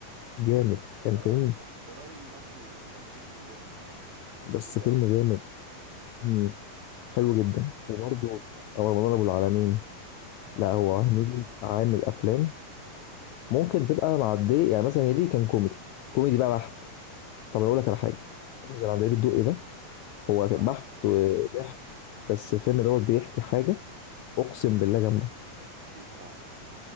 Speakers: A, on the left; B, on the right.
A: جامد كان
B: ده
A: فيلم
B: رأيي ده ده رأي المصري المصريين كلهم الصراحة
A: بس
B: تيتا
A: فيلم
B: رهيبة
A: جامد
B: امم
A: امم
B: كان
A: حلو
B: فظيع
A: جدا وبرضه او رمضان ابو العالمين
B: اه
A: لا هو هنيدي عامل افلام ممكن تبقى معديه يعني مثلا هنيدي كان كوميدي كوميدي بقى بحت طب انا
B: امم
A: اقول لك على حاجه فيلم زي العندليب الدقي ده هو بحت
B: اه
A: وضحك بس الفيلم دوت بيحكي حاجه اقسم بالله جامده
B: أكيد طبعا